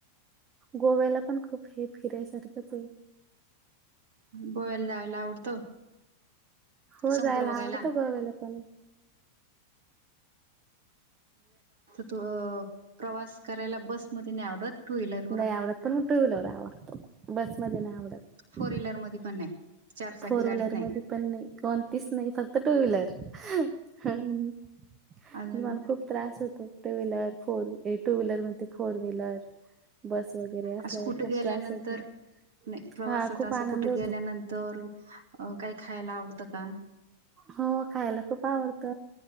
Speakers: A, on the right (about 25°); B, on the right (about 55°).
A: गोव्याला पण खूप हे फिरायसारखंच य,,
B: गोव्याला जायदा आवडत,
A: हो
B: समुद्र
A: जायला
B: बघायला
A: आवडतं गोव्याला पण हो.
B: अ प्रवास करायला बस मध्ये नाही आवडत टू व्हीलर
A: नाही आवडत पण मग टू व्हीलर वर आवडतो बसमध्ये नाही आवडत.
B: फोर व्हीलरमध्ये पण नाही चारचाकी
A: फोर
B: गाडीत
A: व्हीलर
B: नाही
A: मध्ये पण नाही, कोणतीच नाही फक्त टू व्हीलर. म्हणजे
B: अजून
A: मला खूप त्रास होतोय. टू व्हीलर फोर ऐ टू व्हीलर मनते फोर व्हीलर. बस वगैरे असल्यावर
B: असं कुठे
A: खूप
B: गेल्यानंतर
A: त्रास होतो
B: नाही प्रवासात
A: हा खूप आनंद
B: कुठं
A: होतो
B: गेल्यानंतर. अ काही खायला आवडतं का?
A: हो खायला खूप आवडत.